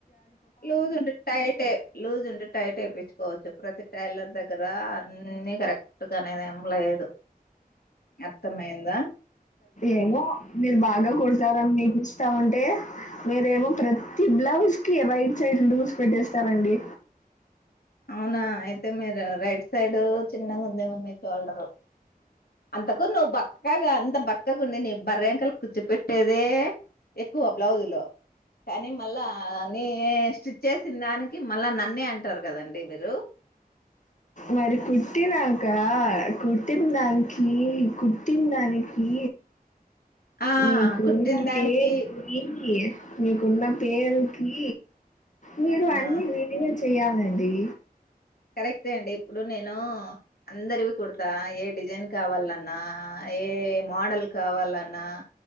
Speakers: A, on the left (about 75°); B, on the left (about 50°).
A: లూస్ ఉంటే టైట్ లూస్ ఉంటే టైట్ వయించుకోవచ్చు ప్రతి టైలర్ దగ్గర అన్ని కరెక్ట్ గానేది ఏం లేదు అర్థమైందా
B: ఏమో మీరు బాగా కుడతారని మీకు ఇస్తా ఉంటే మీరేమో ప్రతి బ్లౌస్ ఓ రైట్ సైడ్ లూస్ పెట్టేస్తారండి
A: అవునా అయితే మీరు రైట్ సైడ్ చిన్నగా ఉందేమో మీ చషోల్డరు అంతకు నువ్వు బక్కగా అంత బక్కగా ఉండి నీ బర్ర అంకలు కూర్చుపెట్టేదే ఎక్కువ బ్లౌజు లు కానీ మళ్ళా నీ స్టిచ్ చేసిన దానికి మళ్ళా నన్నే అంటారు కదండి ఇ మీరు
B: మరి కుట్టినాక కుట్టిన దానికి కుట్టిన దానికి
A: ఆ
B: మరి నీకున్న
A: కుట్టిన దానికి
B: టేస్టెక్కి
A: కు-
B: మీకున్న పేరుకి మీరు అన్నివ
A: ఆ
B: విడివిడి చెయ్యాలండి
A: కరెక్టే అండి ఇప్పుడు నేను అందరివి కుడతా ఏ డిజైన్ కావాలన్నా ఏ మోడల్ కావాలన్నా